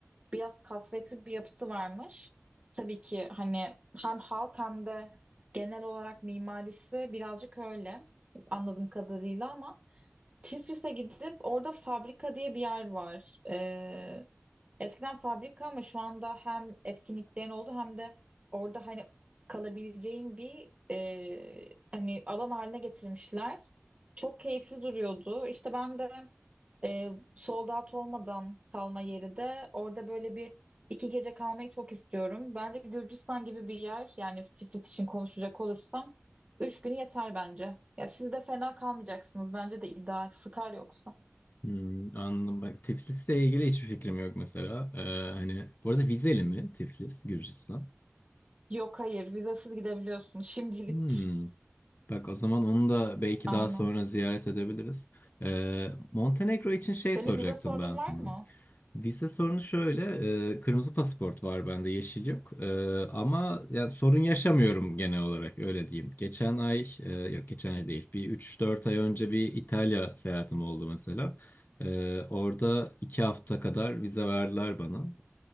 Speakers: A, on the right (about 25°); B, on the left (about 40°).
A: biraz kasvetli bir yapısı varmış. Tabii ki hani hem halk hem de genel olarak mimarisi birazcık öyle anladığım kadarıyla ama Tiflis'e gidip orada fabrika diye bir yer var. E, Eskiden fabrika ama şu anda hem etkinliklerin oldu hem de orada hani kalabileceğin bir e, hani alan haline getirmişler. Çok keyifli duruyordu. İşte ben de e, sold out olmadan kalma yeri de orada böyle bir iki gece kalmayı çok istiyorum. Bence Gürcistan gibi bir yer yani Tiflis için konuşacak olursam üç günü yeter bence. Ya siz de fena kalmayacaksınız. Bence de ideal. Sıkar yoksa.
B: hmm, anladım. Bak Tiflis'le ilgili hiçbir fikrim yok mesela. Ee, hani bu arada vizeli mi Tiflis, Gürcistan?
A: Yok hayır vizasız gidebiliyorsunuz <laughs> şimdilik.
B: Hmm. Bak o zaman onu da belki
A: Aynen.
B: daha sonra ziyaret edebiliriz. Ee, Montenegro için şey
A: Senin
B: soracaktım
A: vize sorunun
B: ben sana.
A: var mı?
B: Vize sorunu şöyle, e, kırmızı pasaport var bende, yeşil yok. E, ama yani sorun yaşamıyorum genel olarak öyle diyeyim. Geçen ay, e, yok geçen ay değil, bir üç dört ay önce bir İtalya seyahatim oldu mesela. E, orada 2 hafta kadar vize verdiler bana.